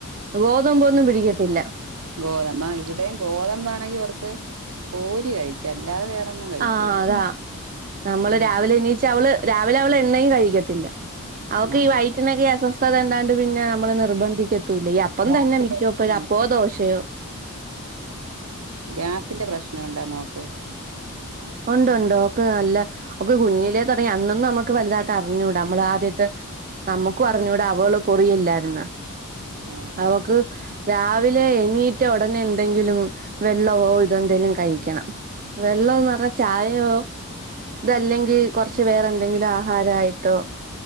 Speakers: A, on the right (about 40°); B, on the right (about 75°).
A: ഗോതമ്പൊന്നും പിടിക്കത്തില്ല
B: ഗോതമ്പ ആ ഇവിടെയും ഗോതമ്പ ആണെങ്കി അവർക്ക് പൂരി കഴി ക്കും അല്ലാതെ വേറൊന്നും. കഴിക്കൂല
A: ആഹ് അതാ നമ്മള്
B: ഉം
A: രാവിലെ എണീച്ചാ അവള് രാവിലെ അവള് എണ്ണയും കഴിക്കത്തില്ല അവക്ക്
B: ഉം
A: ഈ വയറ്റിനൊക്കെ അസ്വസ് ത്ഥതണ്ടാണ്ട് പിന്നെ നമ്മള് നിർബന്ധിക്കത്തില്ല ഈ അപ്പം
B: ഗ്യാസിന്റെ
A: തന്നെ മിക്കപ്പോ
B: പ്രശ്നണ്ട്
A: ഒരു അപ്പോ ദോശയോ
B: ഗ്യാസിന്റെ പ്രശ്നുണ്ടാ മോക്ക്
A: ഉണ്ടുണ്ട്. ഓക്ക് നല്ല ഓക്ക് കുഞ്ഞിലേ തൊടങ്ങിയാ. അന്നൊന്നും നമ ക്ക് വല്ലാട്ട് അറിഞ്ഞൂടാ. നമ്മള് ആദ്യത്തെ നമുക്കും അറിഞ്ഞൂടാ അവള് പൊറിയില്ലായിരുന്നാ.
B: ആ
A: അവക്ക് രാവിലെ എണീറ്റ ഉടനെ എന്തെങ്കിലും വെള്ളവോ ഇതെന്തെലും കഴി ക്ക്യണം. വെള്ളം ന്ന് പറഞ്ഞാ ചായയോ ഇതല്ലെങ്കി കൊർച്ച് വേറെന്തെങ്കിലാ ഹാരായിട്ടോ